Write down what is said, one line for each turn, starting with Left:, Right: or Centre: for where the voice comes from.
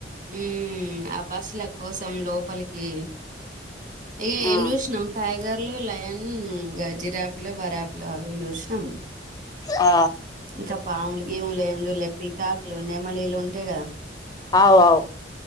Right: ఉ ఆ బస్సుల కోసం లోపలికి ఇక
Left: ఆ
Right: ఏం చూసినాం టైగర్లు లయన్ జిరాపిలో బరాపిలు అవి చూసినాం
Left: ఆ
Right: ఇంకా పాములు గీము లేంజులే పికాకులు నెమలి ఇళ్లు ఉంటాయి కదా
Left: అవు అవు